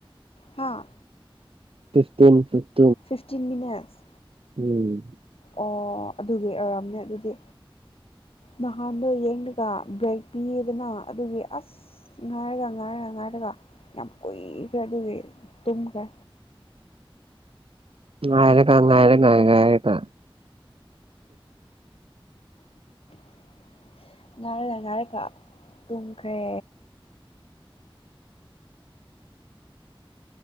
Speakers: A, on the left; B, on the right.
A: ꯍꯥꯥ
B: ꯇꯁ ꯇꯣꯁ
A: ꯐꯤꯐꯇꯤꯟ ꯃꯤꯅꯠꯁ
B: ꯎꯝ
A: ꯑꯣ ꯑꯗꯨꯒꯤ ꯑꯣꯏꯔꯝꯅꯦ ꯑꯗꯨꯗꯤ ꯅꯍꯥꯟꯗꯣ ꯌꯦꯡꯂꯒ ꯕ꯭ꯔꯦꯛ ꯄꯤꯌꯦꯗꯅ ꯑꯗꯨꯒꯤ ꯑꯁ ꯉꯥꯏꯔꯒ ꯉꯥꯏꯔꯒ ꯉꯥꯏꯔꯒ ꯌꯥꯝ ꯀꯣꯏ ꯀꯗꯒ ꯇꯒ
B: ꯉꯥꯏ ꯀ ꯉꯥꯏꯔ ꯀ ꯉꯥꯏ ꯀ
A: <inaudible> ꯉꯥꯏꯔꯗ ꯉꯥꯏꯔ ꯀ ꯇꯨꯝꯈ꯭ꯔꯦ